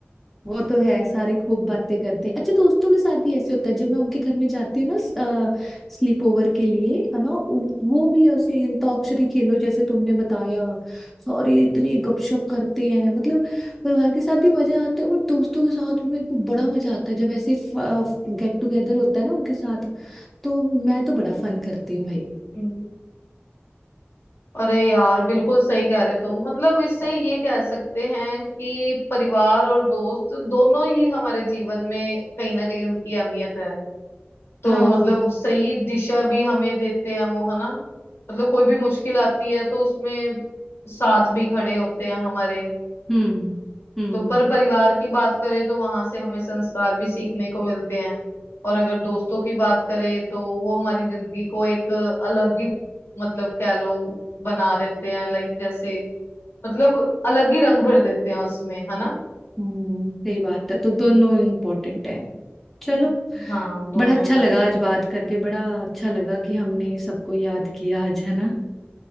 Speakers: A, in the centre; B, on the left.
A: वो तो है सारे खूब बातें करते हैं अच्छा दोस्तों के साथ भी ऐसे होता है जब मैं उनके घर में जाती हूँ ना स्लीप ओवर के लिए है ना उ- वो भी ऐसे अंताक्षरी खेलो जैसे तुमने बताया सॉरी इतनी गपशप करते हैं मतलब परिवार के साथ भी मजा आता है और दोस्तों के साथ भी मेरे को बड़ा मजा आता है जब ऐसे गेट टुगेदर होता है ना उनके साथ तो मैं तो बड़ा फन करती हूँ भाई
B: हम्म। अरे यार बिल्कुल सही कह रहे हो तुम मतलब इससे ये कह सकते हैं कि परिवार और दोस्त दोनों ही हमारे जीवन में कहीं ना कहीं उनकी अहमियत है तो
A: हाँ
B: मतलब सही दिशा भी हमें देते हैं वो है ना मतलब कोई भी मुश्किल आती है तो उसमें साथ भी खड़े होते हैं हमारे
A: हम्म हम्म
B: तो पर परिवार की बात करें तो वहां से हमें संस्कार भी सीखने को मिलते हैं और अगर दोस्तों की बात करें तो वो हमारी जिंदगी को एक अलग ही मतलब कह लो बना देते हैं लाइक जैसे मतलब अलग ही रंग भर देते हैं उसमें है ना
A: हम्म सही बात है तो दोनों इम्पोर्टेंट है चलो
B: हम्म। हाँ दोनों
A: बड़ा अच्छा
B: इम्पोर्टेंट
A: लगा आज
B: है।
A: बात करके बड़ा अच्छा लगा कि हमने सबको याद किया आज है ना